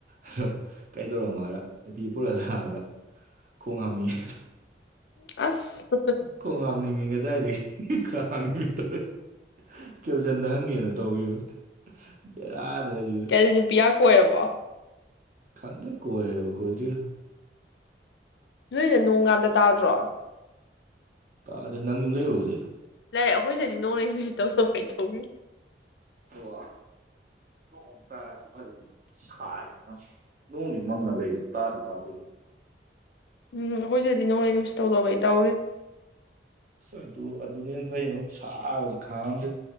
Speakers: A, on the right; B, on the left.
A: ꯑꯗꯣ ꯀꯩꯗꯧꯔꯝꯃꯣ ꯍꯥꯢꯔ ꯅꯨꯄꯤ ꯄꯨꯔ ꯂꯥꯛꯑꯒ ꯈꯣꯡ ꯍꯥꯝꯅꯤꯡꯉꯦ
B: ꯑꯁ
A: ꯈꯣꯡ ꯍꯥꯝꯅꯤꯡꯉꯦ ꯉꯖꯥꯏꯗꯒꯤ ꯈꯥꯒꯅꯤꯕꯤꯠꯇꯔ <inaudible> ꯅꯍꯥꯟꯒꯩꯅ ꯇꯧꯈꯤꯕ ꯕꯦꯔꯥꯅꯦ ꯍꯧꯖꯤꯛ <inaudible>
B: ꯑꯗꯨꯗꯤ ꯅꯨꯄꯤ ꯌꯥꯝ ꯀꯣꯏꯔꯕꯣ
A: ꯈꯪꯗꯦ ꯀꯣꯏꯔꯕ ꯀꯣꯏꯗ꯭ꯔꯤꯔ
B: ꯅꯣꯏꯅ ꯅꯣꯡ ꯀꯗ ꯇꯥꯗ꯭ꯔꯣ <inaudible>
A: ꯇꯥꯗꯦ ꯅꯪ ꯌꯨꯝ ꯂꯩꯕ꯭ꯔꯣ ꯍꯧꯖꯤꯛ
B: ꯂꯩ ꯑꯩꯈꯣꯏꯁꯤꯗꯗꯤ ꯅꯣꯡꯂꯩ ꯅꯨꯡꯁꯤꯠ ꯇꯧꯗꯅ ꯀꯩ ꯇꯧꯤ <inaudible>
A: ꯑꯣ ꯅꯣꯡ ꯇꯥꯔꯛ ꯐꯗꯧꯅꯤ ꯁꯥꯏ ꯅꯣꯡꯗꯤ ꯃꯪꯉ ꯂꯩ ꯇꯥꯗꯤ ꯇꯥꯗꯦ
B: ꯎꯝ ꯑꯩꯈꯣꯏꯁꯤꯗꯗꯤ ꯅꯣꯡꯂꯩ ꯅꯨꯡꯁꯤꯠ ꯇꯧꯗꯣꯢꯕꯩ ꯇꯧꯔꯤ
A: ꯑꯗꯨ ꯑꯗꯨꯅ ꯍꯦꯟꯅ ꯐꯩꯉꯣ ꯁꯥꯕꯁꯤ ꯈꯥꯡꯉꯝꯗꯦ